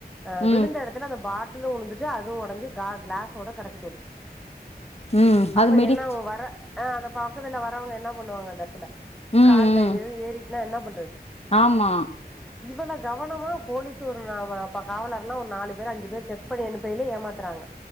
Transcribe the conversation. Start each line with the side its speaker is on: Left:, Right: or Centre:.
Centre: அ
Left: ம்
Centre: விழுந்த எடத்துல அந்த பாட்டில்லு உழுந்துட்டு அதுவு ஒடஞ்சு கா கிளாஸோட கெடக்கு தோழி
Left: ம்
Centre: அப்ப
Left: அது மெடிச்
Centre: என்னாகு வர ஆ அந்த பக் க்கத்துல வர்றவ்ங்க என்ன பண்ணுவாங்க அந்த எட்த்துல
Left: ம்
Centre: கால்ல
Left: ம்
Centre: எது ஏறிட்னா என்ன பண்றது
Left: ஆமா
Centre: இவன கவனமா போலீஸு ஒரு நா வாப் இப்ப காவலர்னா ஒரு நாலு பேரு அஞ்சு பேரு செக் பண்ணி அனுப்பைலே ஏமாத்துறாங்க